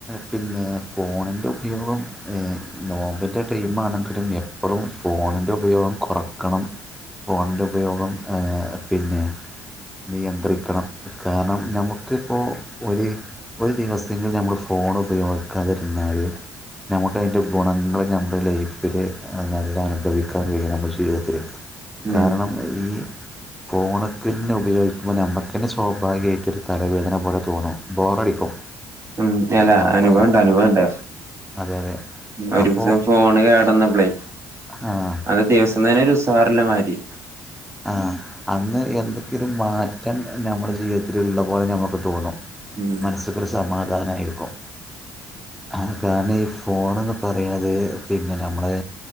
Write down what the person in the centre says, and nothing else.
പിന്നെ ഫോണിന്റെ ഉപയോഗം ഏ നോമ്പിന്റെ ടൈമാണെങ്കിലും എപ്പളും ഫോണിൻ്റെ ഉപയോഗം കൊറയ്ക്കണം ഫോണിന്റെ ഉപയോഗം ഏ പിന്നെ നിയന്ത്രിക്കണം കാരണം നമുക്കിപ്പോ ഒരു ഒരു ദിവസെങ്കിലും നമ്മള് ഫോണ് ഉപയോഗിക്കാതിരുന്നാല് നമുക്ക് അതിന്റെ ഗുണങ്ങള് നമ്മുടെ ലൈഫില് നല്ല അനുഭവിക്കാൻ കഴിയും നമ്മുടെ ജീവിതത്തില്
കാരണം ഈ ഫോണ്ക്ക്ന്നേ ഉപയോഗിക്കുമ്പോനമുക്കന്നെ സ്വാഭാവികമായിട്ടൊരു തലവേദന പോലെ തോന്നും ബോറടിക്കും
മാത്രമാണ്
അതെ അതെ
അപ്പോ
ആഹ്
ആ അന്ന് എന്തെങ്കിലും മാറ്റം നമ്മുടെ ജീവിതത്തിലുള്ള പോലെ നമുക്ക് തോന്നും
മനസ്സക്കൊരു സമാധാനായിരിക്കും ആ കാരണം ഈ ഫോണ്ന്ന് പറയുന്നത് പിന്നെ നമ്മളെ